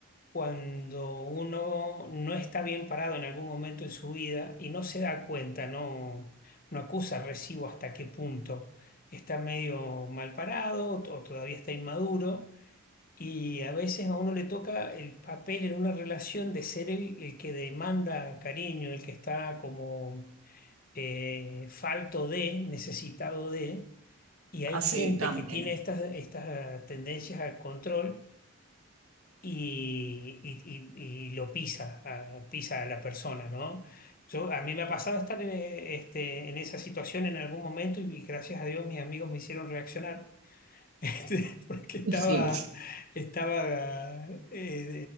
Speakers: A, on the left (about 40°); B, on the right (about 85°).
A: cuando uno no está bien parado en algún momento en su vida y no se da cuenta, no, no acusa recibo hasta qué punto está medio mal parado o o todavía está inmaduro. Y a veces a uno le toca el papel en una relación de ser el, el que demanda cariño, el que está como eh, falto de, necesitado de, y hay
B: así
A: gente
B: también,
A: que tiene estas, estas tendencias al control y, y- y- y lo pisa, a- pisa a la persona, ¿no? Yo, a mí me ha pasado estar en, eh, este, en esa situación en algún momento y gracias a Dios mis amigos me hicieron reaccionar este, <laughs> porque estaba,
B: sí.
A: estaba eh,